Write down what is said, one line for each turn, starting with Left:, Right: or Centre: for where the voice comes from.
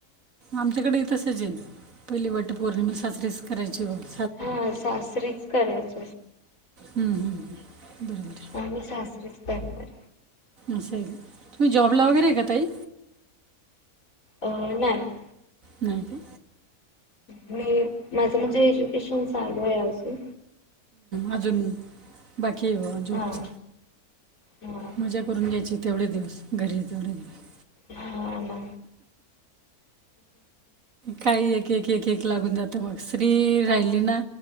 Right: आमच्याकडे तसच आहे पहिली वट पौर्णिमा साजरीच करायची ग
Left: हा सासरीेच करायच
Right: हम हम बरोबर आहे
Left: आम्ही साररीच करणार
Right: असं आहे तुम्ही जॉबला वगैरे आहे का तई
Left: अं नाही
Right: नाही का
Left: माझं म्हणजे एज्युकेशन चालू आहे अजून
Right: आजून बाकी मग जॉबच
Left: हा हा
Right: मजा करून घ्यायची तेवढे दिवस घरी तेवढे दिवस
Left: हा ना
Right: काही एक एक एक एक लागून जात मग स्त्री राहिली ना